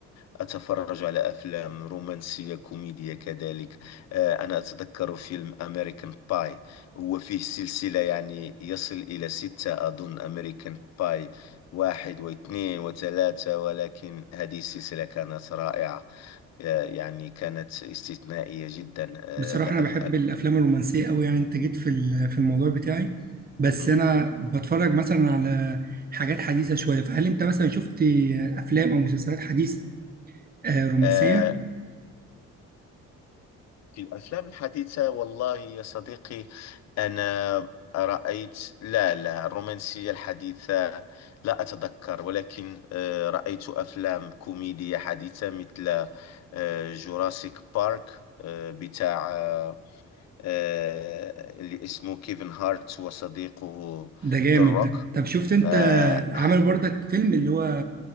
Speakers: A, on the left (about 60°); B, on the right (about 30°).
A: أتفرج على أفلام رومانسية كوميدية كذلك آه، أنا أتذكر فيلم أمريكان باي هو فيه سلسلة يعني يصل إلى ستة أظن أمريكان باي واحد واثنين وثلاثة ولكن هذه السلسلة كانت رائعة آه، يعني كانت استثنائية جدا آه،
B: بصراحه
A: الأف-
B: انا بحب
A: ال-
B: الافلام الرومانسيه قوي يعني انت جيت في ال- في الموضوع بتاعي بس
A: مم.
B: انا بتفرج مثلا على حاجات حديثه شويه فهل انت مثلا شفت افلام او مسلسلات حديثه آه، رومانسيه
A: آه، في الأفلام الحديثة والله يا صديقي أنا رأيت لا لا الرومانسية الحديثة لا أتذكر ولكن آه، رأيت أفلام كوميدية حديثة مثل جوراسيك بارك بتاع آه، آه، اللي اسمه كيفن هارت وصديقه
B: ده جامد
A: ذا روك
B: ده طب شفت انت
A: آه،
B: عملوا
A: <laughs>
B: برضك فيلم اللي هو